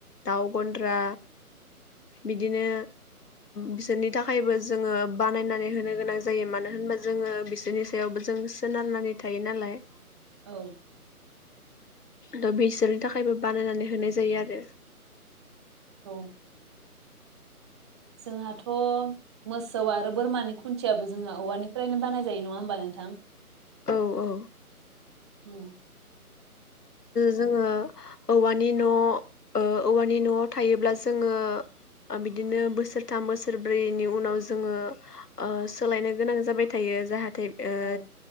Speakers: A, on the left; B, on the right.
A: दाउ गन्द्रा बिदिनो बिसोरनि थाखायबो जोङो बानायनानै होनो गोनां जायो मानो होनबा जोङो बिसोरनि सायावबो जों सोनारनानै थायो नालाय
B: औ
A: दा बिसोरनि थाखायबो बानायनानै होनाय जायो आरो
B: औ जोंहाथ' मोसौ आरो बोरमानि खुन्थियाबो जोंहा औवानिफ्रायनो बानाय जायो नङा होमबा नोंथां
A: औ औ
B: ओ
A: जोङो औवानि न' औवानि न'आव थायोब्ला जोङो बिदिनो बोसोरथाम बोसोरब्रैनि उनाव जोङो सोलायनो गोनां जाबाय थायो जाहाथे ओ
B: औ